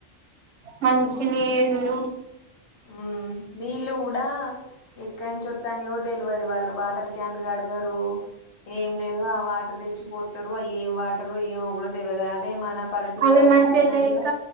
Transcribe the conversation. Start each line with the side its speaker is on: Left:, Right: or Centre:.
Right: మంచినీళ్లు
Left: ఉమ్ నీళ్లు కూడా ఎక్కడినుంచి వస్తానయో తెలవదు వాళ్ళు వాటర్ క్యాన్లు కడగరు ఏం లేదు ఆ వాటర్ తెచ్చిపోతారు ఆ ఏం వాటరు ఏమో కూడా తెలియదు అదే మన పల్లెటూరులో
Right: అవి
Left: నైతే మంచిగా
Right: లేక